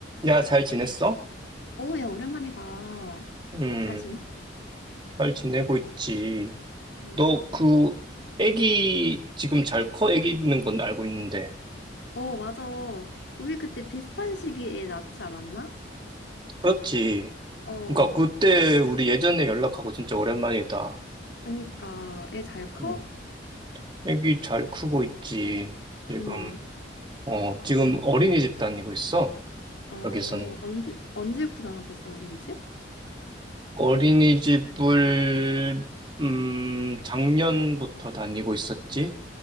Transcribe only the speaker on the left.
어, 야, 오랜만이다.
잘 지내?
음,
어, 맞아. 우리 그때 비슷한 시기에 낳지 않았나?
어,
그니까 애 잘 커?
응.
어,
언제 언제부터 나왔었어, 어린이집?